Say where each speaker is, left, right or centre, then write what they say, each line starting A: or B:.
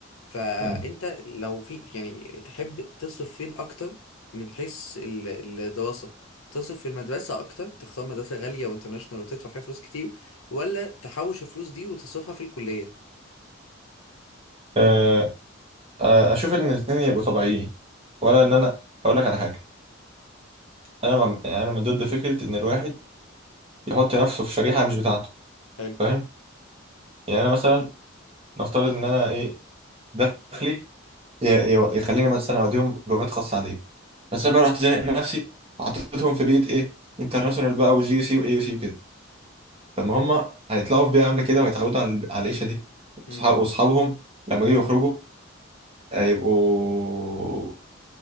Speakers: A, on the left; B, on the right.
A: فانت
B: مم.
A: لو في يعني تحب تصرف فين اكتر من حيث ال- الدراسة تصرف في المدرسة أكتر تختار مدرسة غالية وانترناشونال وتدفع فيها فلوس كتير ولا تحوش الفلوس دي وتصرفها في الكلية
B: آه، آه، اشوف ان الاثنين يبقوا طبيعيين ولا ان انا اقول لك على حاجه انا ما انا من ضد فكره ان الواحد يحط نفسه في شريحه مش بتاعته
A: حلو
B: فاهم يعني انا مثلا نفترض ان انا ايه دخلي ي- ي- يخليني مثلا اوديهم لغات خاصه عاديه بس
A: حلو
B: انا بقى رحت زانق نفسي وحطيتهم في بيئه ايه انترناشونال بقى وجي سي واي سي وكده طب ما هم هيطلعوا في بيئه عامله كده وهيتعودوا على على العيشه دي
A: امم
B: صحاب واصحابهم لما يجوا يخرجوا هيبقوا